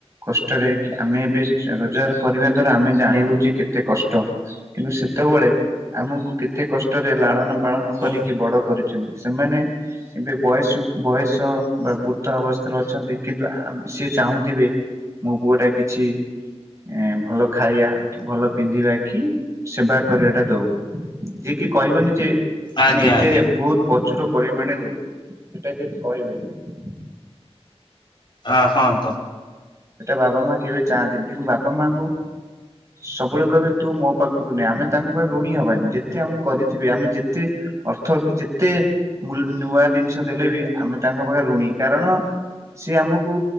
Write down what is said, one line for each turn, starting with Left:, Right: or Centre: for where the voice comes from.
Right: କଷ୍ଟରେ କି ଆମେ ଏବେ ରୋଜଗାର କରିବା ଦ୍ଵାରା ଆମେ ଜାଣିଲୁ ଯେ କେତେ କଷ୍ଟ। କିନ୍ତୁ ସେତବଳେ ଆମକୁ କେତେ କଷ୍ଟରେ ଲାଳନ ପାଳନ
Left: ହୁଁ
Right: କରିକି ବଡ କରି ସେମ୍ ସେମାନେ ଏବେ ବୟସୁ ବୟସ ବା ବୃଦ୍ଧ ଅବସ୍ଥାରେ ଅଛନ୍ତି। କିନ୍ତୁ ଆମେ ସିଏ ଚାହୁଁଥିବେ ମୋ ପୁଅ ଟା କିଛି ଏଁ ଭଲ ଖାଇଆ, କି ଭଲ ପିନ୍ଧିବା, କି ସେବା କରିବାଟା ଦଉ। ଯିଏ କି କହିବନି ଯେ
Left: ଆଜ୍ଞା
Right: ମାନେ ଏତେ
Left: ଆଜ୍ଞା
Right: ବହୁତ ପ୍ରଚୁର ପରିମାଣେ ଦଉ। ସେଟା କେବେ କହିବେନି।
Left: ଆ, ହଁ ତ।
Right: ସେଟା ବାପା ମା କେବେ ଚାହାନ୍ତିନି। କିନ୍ତୁ ବାପା ମାଙ୍କୁ ସବୁବେଳେ କହିବେ ତୁ ମୋ ପାଖ ଖୁରୁନି ଆମେ ତାଙ୍କ ପାଇଁ ଋଣୀ ହବାନି ଯେତେ ଆମକୁ କରିଥିବେ ଆମେ ଯେତେ ଅର୍ଥ କି ଯେତେ ମୁ ନୂଆ ଦିନିଷ ଦେଲେ ବି ଆମେ ତାଙ୍କ ପାଖରେ ଋଣୀ। କାରଣ ସିଏ ଆମକୁ